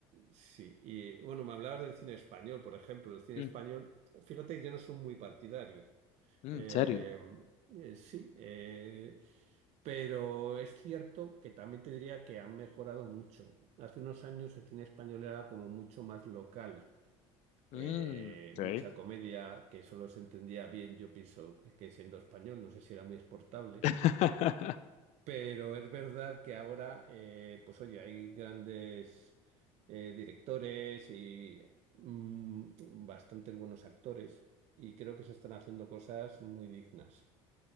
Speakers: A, on the right; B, on the left.
A: sí, y bueno, me hablabas del cine español, por ejemplo. El cine
B: Mm,
A: español, fíjate que yo no soy muy partidario.
B: mm,
A: Eh,
B: ¿en serio?
A: eh, sí, eh, pero es cierto que también te diría que han mejorado mucho. Hace unos años el cine español era como mucho más local
B: Mm,
A: eh,
B: ok.
A: mucha comedia que solo se entendía bien, yo pienso que siendo español, no sé si era muy exportable,
B: <laughs>
A: pero es verdad que ahora, eh, pues oye, hay grandes eh, directores y mm, bastantes buenos actores y creo que se están haciendo cosas muy dignas.